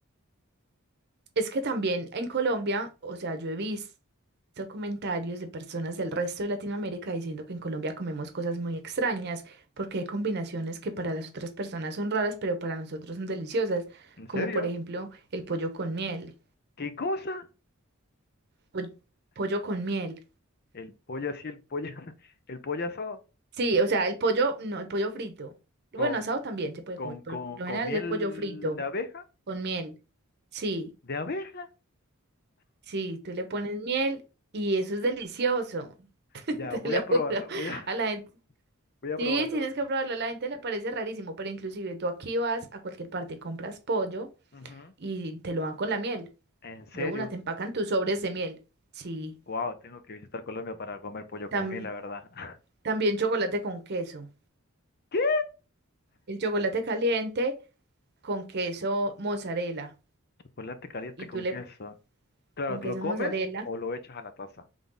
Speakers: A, on the right; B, on the left.
A: Es que también en Colombia, o sea, yo he visto comentarios de personas del resto de Latinoamérica diciendo que en Colombia comemos cosas muy extrañas, porque hay combinaciones que para las otras personas son raras, pero para nosotros son deliciosas,
B: ¿En
A: como
B: serio?
A: por ejemplo el pollo con miel,
B: ¿Qué cosa?
A: po- pollo con miel.
B: El pollo así, el pollo, <laughs> el pollo asado
A: Sí, o sea, el pollo, no, el pollo frito. Bueno,
B: con,
A: asado también se puede
B: con,
A: comer, pero
B: con,
A: por lo
B: con
A: general
B: miel
A: es el pollo frito
B: de abeja,
A: con miel. Sí,
B: de abeja.
A: sí, tú le pones miel y eso es delicioso, <laughs>
B: Ya,
A: te
B: voy
A: lo
B: a probarlo,
A: juro.
B: voy a,
A: A la gente
B: <laughs> voy a
A: Sí,
B: probarlo.
A: tienes que probarlo, a la gente le parece rarísimo, pero inclusive tú aquí vas a cualquier parte, compras pollo
B: Ujú.
A: y te lo dan con la miel.
B: ¿En serio?
A: De una te empacan tus sobres de miel. Sí,
B: Wow, tengo que visitar Colombia para comer pollo
A: tam-
B: con miel, la verdad.
A: también chocolate con queso.
B: <laughs> ¿Qué?
A: El chocolate caliente con queso mozzarella.
B: Chocolate caliente
A: Y tú
B: con
A: le
B: queso. Claro,
A: con queso
B: ¿lo comes
A: mozzarella.
B: o lo echas a la taza?